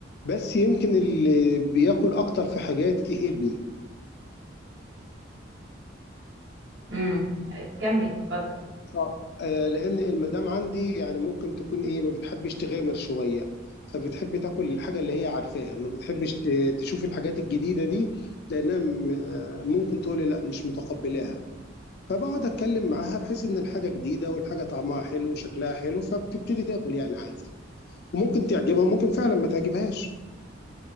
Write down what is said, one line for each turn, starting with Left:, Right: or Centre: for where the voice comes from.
Left: بس يمكن اللي بياكل أكتر في حاجاتي ابني
Right: امم كمل اتفضل
Left: اه آه، لأن المدام عندي يعني ممكن تكون إيه ما بتحبش تغامر شوية فبتحب تاكل الحاجة اللي هي عارفاها ما بتحبش ت- تشوف الحاجات الجديدة دي لأنها م- آه، ممكن تقول لي لا مش متقبلاها فبقعد أتكلم معاها بحيث إن الحاجة جديدة والحاجة طعمها حلو وشكلها حلو فبتبتدي تاكل يعني عادي وممكن تعجبها وممكن فعلا ما تعجبهاش